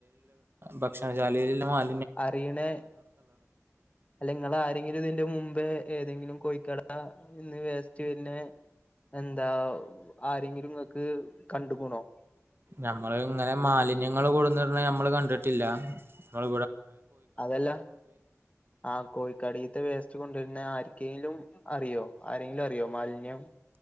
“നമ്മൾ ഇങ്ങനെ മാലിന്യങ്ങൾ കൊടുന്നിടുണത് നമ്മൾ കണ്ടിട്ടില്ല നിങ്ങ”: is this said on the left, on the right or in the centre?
Right